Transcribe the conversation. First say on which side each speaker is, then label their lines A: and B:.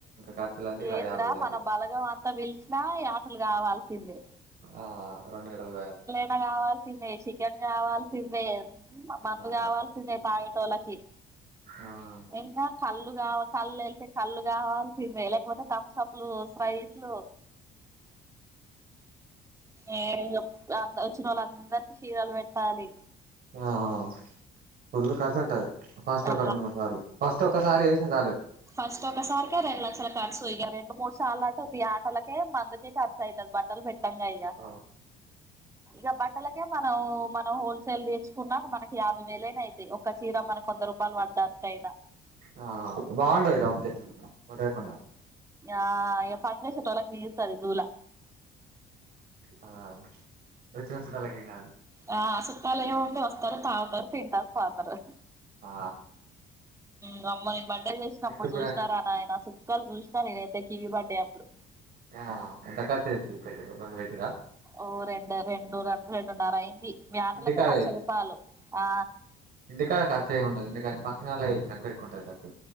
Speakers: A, on the right (about 60°); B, on the right (about 20°).
A: కర్చులన్ని ఇలా
B: ఏంద్రా
A: యాభై వేలయితై
B: మన బలగం అంతా పిలిచినా యాటలు కావాల్సిందే
A: ఆ రెండు ఏటలు కోయాల్
B: అంత కావాల్సిందే చికెన్ కావాల్సిందే మందు
A: ఆ
B: కావాల్సిందే తాగేటోలకి
A: ఆ
B: ఇంగ కళ్ళుగా కళ్లే కళ్ళు కావాల్సిందే లేకపోతే తంసపులు స్ప్రైట్లు ఏ అప్ వచ్చిన వాళ్ళు అందరికి చీరాలు పెట్టాలి
A: ఆ ఆ పుల్లు ఖర్చు ఉంటది ఫస్ట్
B: ఆ
A: ఒక రెండు మూడు సార్లు ఫస్ట్ ఒకసారి ఎస్తే చాలు
B: ఫస్ట్ ఒకసారికే రెండు లక్షల ఖర్చు ఇగ రెండు మూడు సార్ల అంటే ద్ యటలకే మందుకే ఖర్చు అవుతది బట్టలు పెట్ టంగా ఇంగ
A: ఆ
B: ఇగ బట్టలకే మనం మనం హోల్సేల్ తెచ్చుకున్న మనక్ యాభై వేలైనా అయితయి ఒక చీర మనకు వంద రూపాయలు పడ్డట్టయినా
A: ఆ బాగుంటది కాకపోతే బొడ్రాయి పండుగ
B: ఆ ఇగ పనిచేసేటోళ్లకు తీరుతది దూల
A: ఆ వచ్చిన చూట్టలకు ఏం కాదు
B: ఆ చుట్టలు ఏముంది వస్తారు తాగుతారు తింటారు పోతారు
A: ఆ
B: మ్ అమ్మో నేను బర్త్డే చేసినప్పుడు
A: ఎత్తుకునేది
B: చూసినారా నాయనా సుక్కాలు చూసినా నేనైతే కివీ బర్త్డే అప్పుడు
A: ఆ ఎంత కర్చు చే పెట్టిర్రు రెండు పెట్టిర్ర
B: ఓ రెండు రెండు రెండు రెండున్నర యాటలకే
A: ఇంటికాడ
B: లక్ష రూపాయలు ఆ
A: ఇంటీ కాడ ఖర్చు ఎం ఉండదు ఎందుకంటే ఫంక్షన్ హల్ లో చేసిల్లనుకో ఎక్కువుంటది ఖర్చు